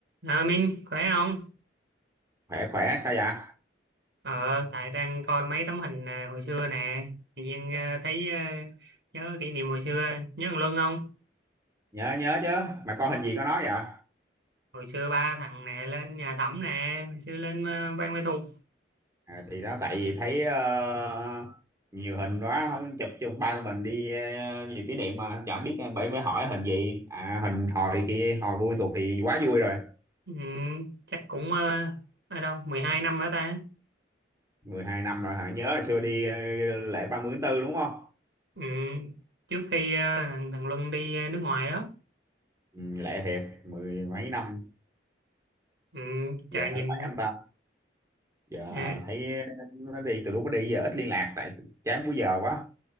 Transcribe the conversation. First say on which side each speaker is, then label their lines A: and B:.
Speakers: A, on the right; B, on the right.
A: À, Minh khỏe không?
B: khỏe khỏe sao vậy
A: Ờ, tại đang coi mấy tấm hình à, hồi xưa nè, tự nhiên à, thấy à, nhớ kỷ niệm hồi xưa, nhớ thằng Luân không?
B: nhớ nhớ chứ mà coi hình gì có nói vậy
A: Hồi xưa ba thằng nè lên nhà Thẩm nè, hồi xưa lên à, Ban Mê Thuộc,
B: à, thì đó tại vì thấy ờ, nhiều hình quá không chụp chung ba tụi mình đi ờ, nhiều kỷ niệm mà chẳng biết ờ, bởi mới hỏi hình gì à, hình hồi kia hồi Buôn Ma Thuột thì quá vui rồi
A: ừ, chắc cũng à, ở đâu 12 năm nữa ta.
B: mười hai năm rồi hả nhớ hồi xưa đi ờ, lễ 30 tháng tư đúng không
A: Ừ, trước khi à, thằng thằng Luân đi à, nước ngoài đó,
B: ừ, lễ thiệt mười mấy năm
A: ừ, trời
B: giờ
A: nhìn
B: nó khỏe không ta giờ
A: ờ,
B: thấy ờ, nó đi từ lúc nó đi giờ ít liên lạc tại chán múi giờ quá